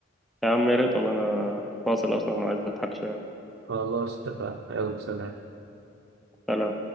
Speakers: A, in the centre; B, on the right (about 85°).
A: يا عم يا ريت والله انا فاصل اصلا عايز اضحك شويه
B: خلاص اتفقنا يلا سلام
A: سلام